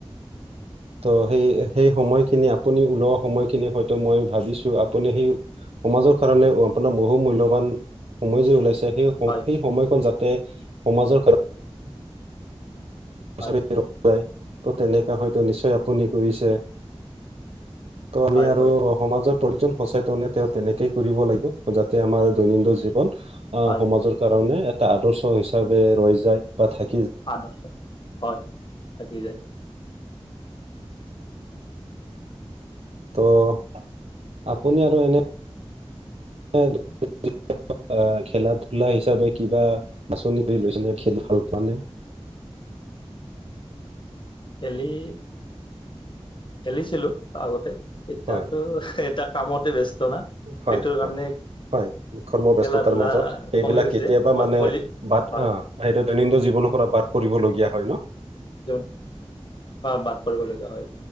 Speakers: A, on the right; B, on the left.
A: ত' সেই সেই সময়খিনি আপুনি ওলোৱা সময়খিনি হয়তো মই ভাবিছো আপুনি সেই সমাজৰ কাৰণে আপোনাৰ বহু মূল্যবান সময় যে ওলাইছে সেই সময়
B: হয়
A: সেই সময়খন যাতে সমাজৰ কাৰণ
B: হয়
A: চাপে যায় <unintelligible> ত' তেনেকা হয়তো নিশ্চয় আপুনি কৰিছে? ত' আমি
B: হয়
A: আৰু
B: হয়
A: সমাজৰ প্ৰতিজন সচেতনে তেওঁ তেনেকে কৰিব লাগিব যাতে আমাৰ দৈনন্দিন জীৱন আহ
B: হয়
A: সমাজৰ কাৰণে এটা আদৰ্শ হিচাপে ৰয়জাই বা থাই
B: আ হয় থাকি যায়।
A: ত' আপুনি আৰু এনে <unintelligible> খেলা ধূলা হিচাপে কিবা বাছনি কৰি লৈছেনে খেলি ভাল পোৱা নে? <inaudible>
B: খেলি খেলিছিলো আগতে এতিয়াতো
A: হয়
B: কামতে ব্যস্তা ন
A: হয়
B: ইটোৰ
A: হয়
B: কাৰণে
A: হয় কৰ্ম ব্যস্ততাৰ
B: খেলা ধূলা
A: মাজত এইবিলাক
B: কমি গৈছে
A: কেতিয়াবা
B: মই
A: মানে
B: ভলী
A: বাদ
B: হয়
A: আহ সটো দৈনন্দিন জীৱন। <unintelligible> বাদ পৰিবলগীয়া হয়। ন
B: যে বাট পৰিব লগা হয়।